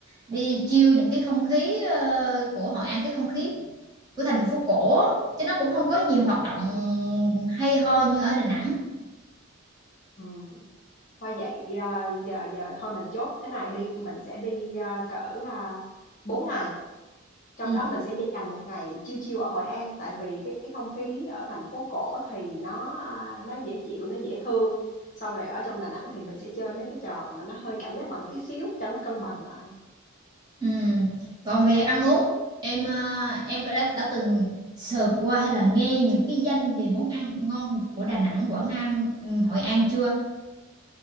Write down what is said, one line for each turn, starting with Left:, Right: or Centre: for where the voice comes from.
Right: đi chiêu những cái không khí ờ, của Hội An cái không khí của thành phố cổ á. chứ nó cũng không có nhiều hoạt động
Left: Ừ.
Right: hay ho như ở Đà Nẵng
Left: Ừ. Thôi vậy à, giờ giờ thôi mình chốt thế này đi, mình sẽ đi à, cỡ uh, 4 ngày. trong
Right: ừ.
Left: đó mình sẽ dành một ngày chill chill ở Hội An tại vì cái, cái không khí ở thành phố cổ thì nó à, nó dễ chịu nó dễ thương xong rồi ở trong Đà Nẵng thì mình sẽ chơi mấy cái trò mà nó hơi cảm giác mạnh tí xíu cho nó cân bằng lại
Right: Ừ. Còn về ăn uống em à, em có đã đã từng sờ qua hay là nghe những cái danh về món ăn ngon của Đà Nẵng, Quảng Nam, ừ, Hội An chưa?